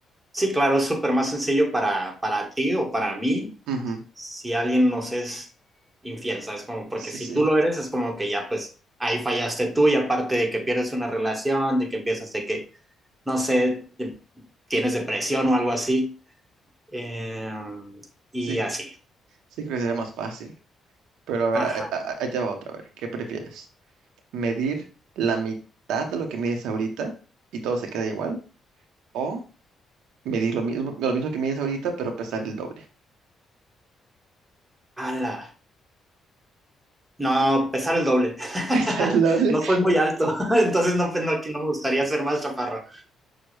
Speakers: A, on the right; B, on the right.
A: Sí, claro, es súper más sencillo para, para ti o para mí
B: Ujú,
A: si alguien nos es infiel, ¿sabes? Como porque
B: Sí,
A: si
B: sí,
A: tú lo eres, es como que ya pues ahí fallaste tú y aparte de que pierdes una relación, de que empiezas de que, no sé, tienes depresión o algo así. Eh, y
B: sí,
A: así.
B: sí creo que sería más fácil. Pero a ver,
A: Ajá.
B: a- a- ahí te va otra vez. ¿Qué prefieres? ¿Medir la mitad de lo que mides ahorita y todo se queda igual? ¿O medir lo mismo, lo mismo que mides ahorita, pero pesar el doble?
A: Ala. No, pesar el doble. <laughs>
B: <laughs> ¿Pesar el doble?
A: No soy muy alto, <laughs> entonces no, no, aquí no me gustaría ser más chaparro.